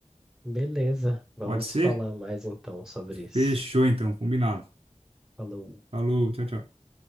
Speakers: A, in the centre; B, on the right.
A: Beleza. Vamos
B: Pode ser?
A: falar mais então sobre isso.
B: Fechou então, combinado.
A: Falou.
B: Falou, tchau, tchau.